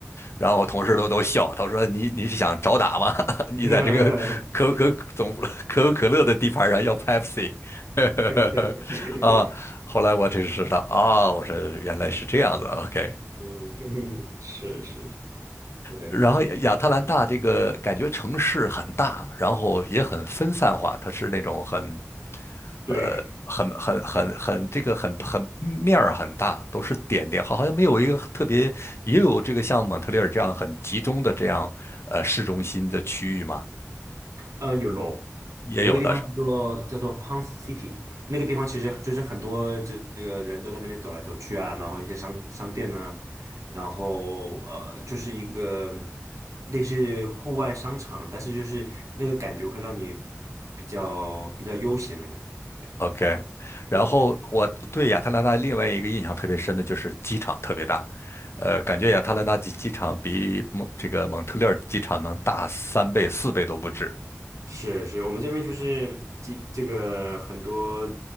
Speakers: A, on the left (about 55°); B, on the right (about 75°).
A: 然后我同事都都笑，他说你你是想找打吗？<laughs> 你在这个可口可总部可口可乐的地盘上要
B: <laughs>
A: Pepsi，<laughs>
B: 对，
A: 啊，后来我这是知道啊，我说原来是这样的，OK。
B: 嗯，<laughs> 是是是，对，
A: 然后亚特兰大这个感觉城市很大，
B: 可
A: 然后也很分散化，它是那种很，
B: 对，
A: 呃，很很很很这个很很面儿很大，都是点点，好好像没有一个特别，也有这个像蒙特利尔这样很集中的这样呃市中心的区域嘛，
B: 呃，有
A: 也有的。
B: 有一个地方叫做叫做
A: 是。
B: Pond City，那个地方其实就是很多这这个人都在那边走来走去啊，然后一些商商店呢、然后呃，就是一个类似户外商场，但是就是那个感觉会让你比较比较悠闲的感觉。
A: OK，然后我对亚特兰大另外一个印象特别深的就是机场特别大，
B: 对对对，
A: 呃，感觉亚特兰大机机场比蒙这个蒙特利尔机场能大三倍、四倍都不止。
B: 是是，我们这边就是机这个很多